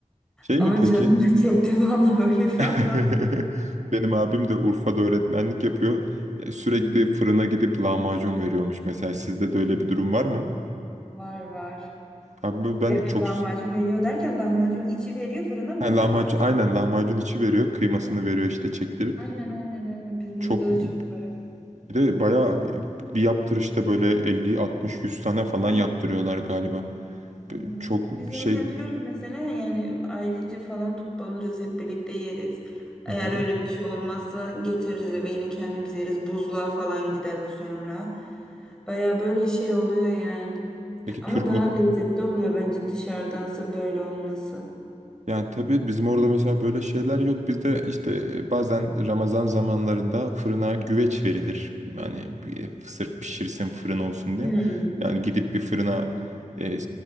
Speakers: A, on the right (about 60°); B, in the centre.
A: şey
B: Ama
A: mi peki
B: canım <laughs> çekti vallahi öyle bir
A: <laughs>
B: anlat.
A: Benim abim de Urfa'da öğretmenlik yapıyor. Ya Sürekli
B: Hı hı.
A: fırına gidip lahmacun veriyormuş. Mesela sizde de öyle bir durum var mı?
B: Var var.
A: Abi ben
B: Yani
A: çok...
B: lahmacun veriyor derken lahmacun içi veriyor fırına mı
A: Ha,
B: hazırlıyorlar?
A: lahmacun, aynen lahmacun içi veriyor. Kıymasını veriyor işte çektirip.
B: Aynen aynen aynen bizim
A: Çok
B: burada da
A: bir
B: çok var o.
A: de bayağı bir yaptırışta böyle 50, 60, 100 tane falan
B: Aynen.
A: yaptırıyorlar galiba.
B: Aynen.
A: Çok
B: Biz
A: şey...
B: onu yapıyoruz mesela yani ailece falan toplanırız hep birlikte yeriz. Eğer
A: Hı hı.
B: öyle bir şey olmazsa getiririz eve yine kendimiz yeriz. Buzluğa falan gider o sonra. Baya böyle şey oluyor yani.
A: Peki
B: Ama
A: Türk
B: daha lezzetli oluyor bence dışarıdansa böyle olması.
A: Yani tabii bizim orada mesela böyle şeyler yok. Bizde işte e, bazen Ramazan zamanlarında fırına güveç verilir. Yani bir- e, sırf pişirsin fırın olsun diye.
B: Hmm.
A: Yani gidip bir fırına e,